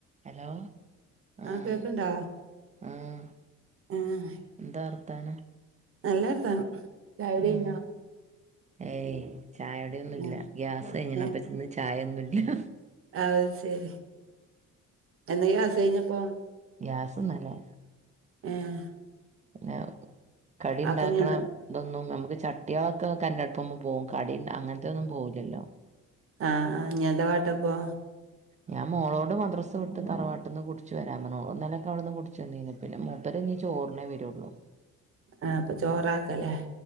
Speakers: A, on the right; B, on the right.
A: Hello ആഹ്
B: ആ കേക്കണ്ടാ
A: ആഹ്
B: ആഹ്
A: എന്താ വർത്താനം
B: നല്ല വർത്താനം ചായകുടി
A: ആഹ്
B: കഴിഞ്ഞോ
A: ഏയ് ചായുടി ഒന്നുംല്ല
B: ആ,
A: ഗ്യാസ്കഴിഞ്ഞിണ്
B: ഏ
A: അപ്പന്ന് ചായ ഒന്നും ഇല്ല
B: അത് ശെരി എന്നേ ഗ്യാസ് കയിഞ്ഞപ്പം
A: ഗ്യാസ് ഇന്നലെ
B: ഏഹ്
A: പിന്ന കടി ഉണ്ടാക്കണ
B: അപ്പൊ ഇനി എന്താ
A: ഇതൊന്നും നമുക്ക് ചട്ടിയാളൊക്കെ കരണ്ടടുപ്പ്മ്മെ പോവും കടി അങ്ങനത്തെൊന്നും പോവില്ലല്ലോ
B: ആ ആഹ് ഇനി എന്താ കാട്ട അപ്പൊ
A: ഞാൻ മോളോട് മദ്ര സവ്ട്ട് തറവാട്ട്ന്ന് കുടിച്ച് വരാന് പർഞ്ഞു ഓള് ഇന്നലൊക്കെ അവ്ട്ന്ന് കുടിച്ചവന്നീന്ന് പിന്നെ മുപ്പര് ഇനി ചോറിനേ വരോള്ളൂ
B: ആ അപ്പ ചോറാക്കലേ